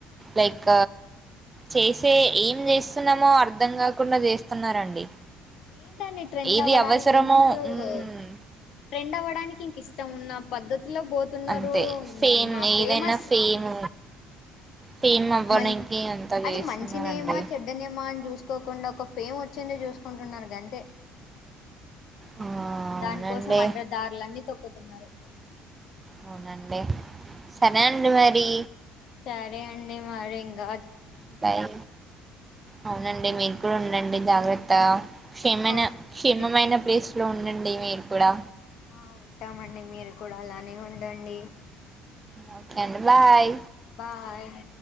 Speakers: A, on the right; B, on the left.
A: లైక్ చేసే ఏం చేస్తున్నామో అర్థం కాకుండా చేస్తున్నారండి
B: ఏంటండి ట్రెండ్
A: ఏది
B: అవ్వడానికి
A: అవసరమో
B: ఏమంటారు
A: మ్,
B: ట్రెండ్ అవ్వడానికి ఇంక ఇష్టం ఉన్న పద్ధతి లో పోతున్నారు
A: అంతే ఫేమ్
B: మా
A: ఏదైనా
B: ఫేమస్
A: ఫేమ్ ఫేమ్ అవ్వడానికి
B: మ
A: అంతా
B: అది
A: చేస్తున్నారండి
B: మంచినేమా చెడ్డనేమా అని చూసి చూసుకోకుండా ఒక ఫేమ్ వచ్చింది చూసుకుంటున్నారు గంతే
A: ఆ అవునండి
B: దాని కోసం అడ్దదారులన్నీ తొక్కుతున్నారు
A: అవునండి సరే అండి మరి
B: సరే అండి మారీ ఇంగా
A: అ బాయి అవునండి మీరు కూడా ఉండండి జగ్రత్తా క్షేమైన
B: ఓకే
A: క్షేమమైన
B: అండి
A: ప్లేస్ ఇట్లా ఉండండి మీరు కూడా
B: ఆ ఉంటామండి మీరు కూడా అలానే ఉండండి
A: ఓకే అండి బాయ్
B: బాయ్